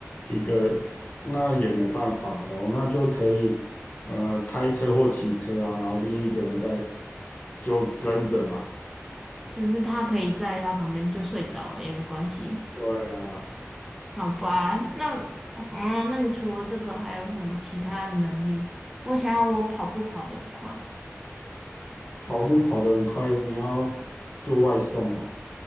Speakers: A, on the left; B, in the centre.
A: 一个，那也没办法咯，那就可以呃开车或骑车啊，然后另一个人在就跟着嘛。
B: 就是他可以在他旁边就睡着了也没关系，
A: 对啊，
B: 好吧？那，啊，那你除了这个还有什么其他的能力？我想要我跑步跑得很快，
A: 跑步跑得很快，你要做外送哦。